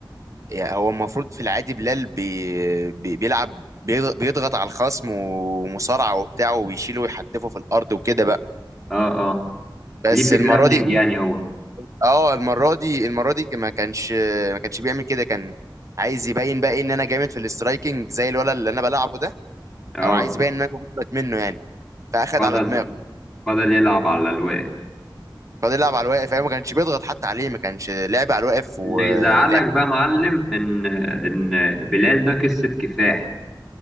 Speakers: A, on the right; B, in the centre.
A: يعني هو المفروض في العادي بلال بي... بي... بيلعب بيض- بيضغط على الخصم ومصارعة وبتاع وبيشيله ويحدفه في الأرض وكده بقى
B: اه اه
A: بس
B: ليه في
A: المرة
B: جرابلينج
A: دي إيه؟
B: يعني هو
A: اه المرة دي المرة دي ما كانش ما كانش بيعمل كده كان عايز يبين بقى إيه ان انا جامد في الاسترايكنج زي الولد اللي انا بلعبه ده
B: اه
A: او عايز يبين ان انا مجمد منه يعني فاخد
B: فضل
A: على دماغه
B: فضل يلعب على الواقف
A: فضل يلعب على الواقف ايوه ما كانش بيضغط حتى عليه ما كانش لعب على الواقف
B: اللي
A: ولعب
B: يزعلك بقى معلم ان ان بلال ده قصة كفاح